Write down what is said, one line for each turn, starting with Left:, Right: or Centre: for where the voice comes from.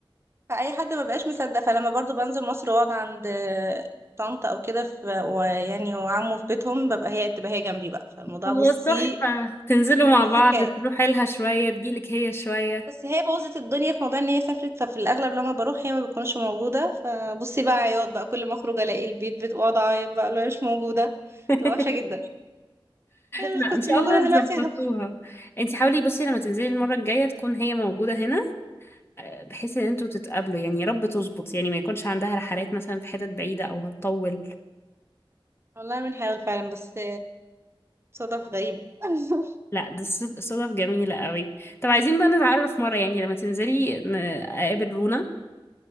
Right: فاي حد ما بقاش مصدق فلما برضو بنزل مصر واقعد عند طنط او كده في ويعني وعمه في بيتهم ببقى هي تبقى هي جنبي بقى فالموضوع
Left: خلاص
Right: بصي
Left: تحفة تنزلوا مع
Right: حكايه
Left: بعض تروحي لها شوية تجيلك هي شوية
Right: بس هي بوظت الدنيا في موضوع ان هي سافرت ففي الاغلب لما بروح هي ما بتكونش موجوده فبصي بقى عياط بقى كل ما اخرج الاقي البيت بتقعد اعيط بقى لو مش موجوده
Left: <laughs>
Right: تبقى وحشه جدا هي
Left: لا
Right: مش كنت
Left: ان شاء
Right: موجوده
Left: الله
Right: دلوقتي
Left: تظبطوها
Right: يا غبي
Left: انتي حاولي بصي لما تنزلي المرة الجاية تكون هي موجودة هنا آه، بحيث ان انتوا تتقابلوا يعني يا رب تظبط يعني ما يكونش عندها رحلات مثلا في حتت بعيدة او هتطول
Right: والله بنحاول فعلا بس صدف غريبه <laughs>
Left: لا ده صد- صدف جميلة قوي طب عايزين بقى نتعرف مرة يعني لما تنزلي ن- اقابل رونا